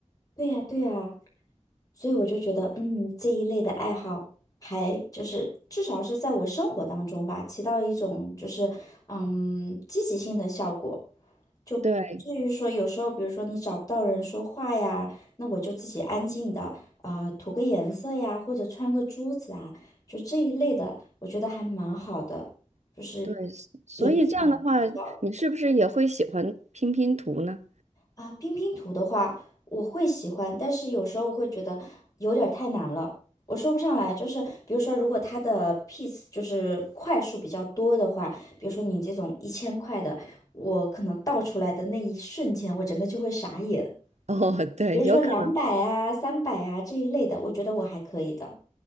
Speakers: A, on the left (about 30°); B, on the right (about 70°).
A: 对呀，对呀，所以我就觉得，嗯，这一类的爱好还就是至少是在我生活当中吧，起到一种就是嗯积极性的效果。就不至于说有时候，
B: 对
A: 比如说你找不到人说话呀，那我就自己安静的啊、呃涂个颜色呀，或者穿个珠子啊，就这一类的，我觉得还蛮好的，就是
B: 对，所以这样的话，
A: 也避免了比较
B: 你是不是也会喜欢拼拼图呢？
A: 啊、拼拼图的话，我会喜欢，但是有时候会觉得有点儿太难了。我说不上来，就是比如说，如果它的 piece 就是块数比较多的话，比如说你这种一千块的，我可能倒出来的那一瞬间，我整个就会傻眼。
B: 哦，对，
A: 比如说两百啊、
B: 有可能，
A: 三百啊这一类的，我觉得我还可以的。